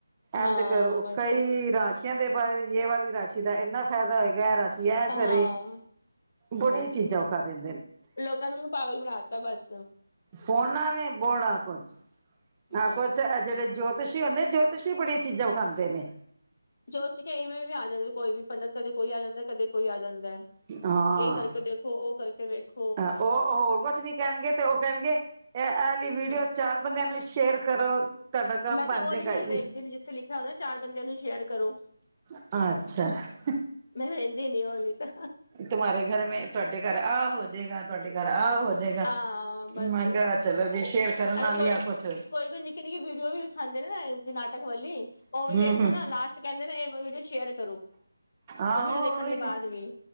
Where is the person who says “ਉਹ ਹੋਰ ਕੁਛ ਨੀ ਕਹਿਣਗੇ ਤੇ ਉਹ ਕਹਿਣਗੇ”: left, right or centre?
Right